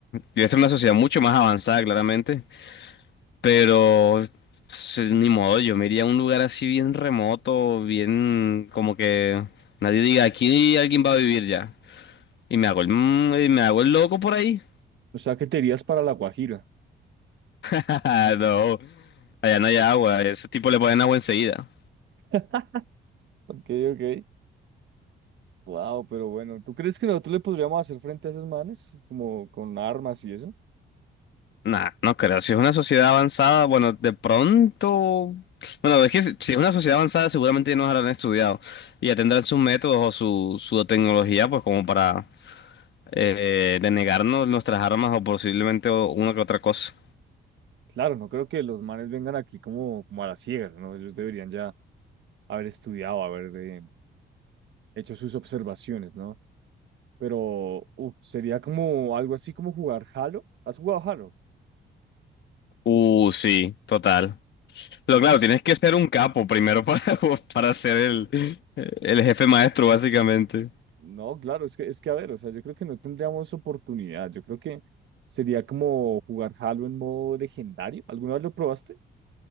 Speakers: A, on the left (about 65°); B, on the right (about 65°).
A: debe ser una sociedad mucho más avanzada, claramente, pero sí, ni modo, yo me iría a un lugar así bien remoto, bien como que nadie diga, aquí alguien va a vivir ya, y me hago el, mm, y me hago el loco por ahí.
B: O sea, ¿qué te irías para La Guajira.
A: <laughs> Ah, no. Allá no hay agua, ese tipo le ponen agua enseguida.
B: <laughs> Ok, ok. Wow, pero bueno, ¿tú crees que nosotros le podríamos hacer frente a esos manes? Como con armas y eso.
A: Nah, no creo. Si es una sociedad avanzada, bueno, de pronto. Bueno, es que si si es una sociedad avanzada, seguramente ya nos habrán estudiado y ya tendrán sus métodos o su, su tecnología, pues como para eh, denegarnos nuestras armas o posiblemente o- una que otra cosa.
B: Claro, no creo que los manes vengan aquí como, como a la ciega, ¿no? Ellos deberían ya haber estudiado, haber eh, hecho sus observaciones, ¿no? Pero uf, sería como algo así como jugar Halo. ¿Has jugado Halo?
A: Uh, sí, total. Pero claro, tienes que ser un capo primero para, <laughs> para ser el, el jefe maestro, básicamente.
B: No, claro, es que, es que a ver, o sea, yo creo que no tendríamos oportunidad. Yo creo que sería como jugar Halo en modo legendario. ¿Alguna vez lo probaste?